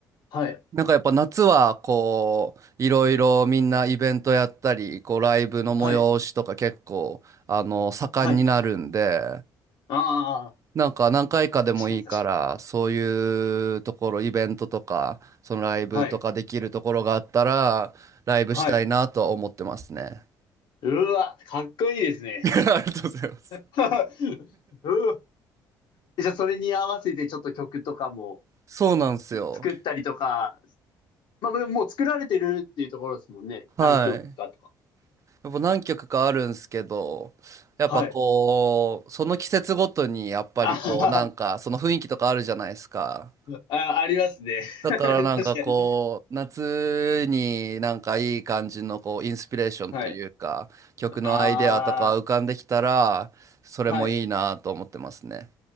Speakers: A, on the left; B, on the right.
A: はい。
B: なんかやっぱ夏は、こう、いろいろみんなイベントやったり、こう、ライブの催しとか結構、
A: はい。
B: あの、盛んになるんで、
A: はい。ああ、
B: なんか何回かでもいいから、
A: 確かに確
B: そういうところ、イベントとか、そのライブとかできるところがあったら、
A: かに。はい。
B: ライブしたいなとは思ってますね。
A: はい。うわ、かっこいいですね。
B: <laughs> ありがとうございます。
A: <laughs> うわじゃあそれに合わせてちょっと曲とかも
B: そうなんですよ。
A: 作ったりとかまあ、でももう作られてるっていうところですもんね。
B: はい。
A: 何曲かとか。
B: やっぱ何曲かあるんすけど、やっぱこう、
A: はい。
B: その季節ごとにやっぱりこう、
A: あは
B: なんかその雰囲気とかあるじゃないですか。
A: はあ、ありますね。
B: だからなんかこう、
A: <laughs> 確かに。
B: 夏になんかいい感じのこう、インスピレーションというか、
A: はい。
B: 曲のアイデアとか浮かんできたら、
A: あ
B: それもいいなと思ってますね。
A: あ、はい。